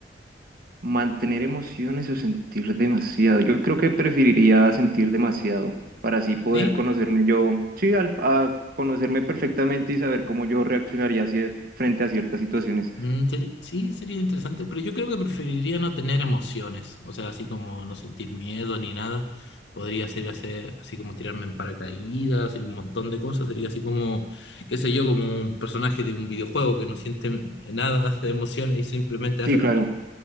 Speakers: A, on the right; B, on the left.
A: Mantener emociones o sentir demasiado. Yo creo que preferiría sentir demasiado para así poder
B: ¿Sí?
A: conocerme yo, sí, al, a conocerme perfectamente y saber cómo yo reaccionaría hacia- frente a ciertas situaciones.
B: Mm, seri- sí, sería interesante, pero yo creo que preferiría no tener emociones. O sea, así como no sentir miedo ni nada. Podría ser hacer, así como tirarme en paracaídas y un montón de cosas. Sería así como, qué sé yo, como un personaje de un videojuego que no siente nada de emociones y simplemente hace...
A: Sí, claro,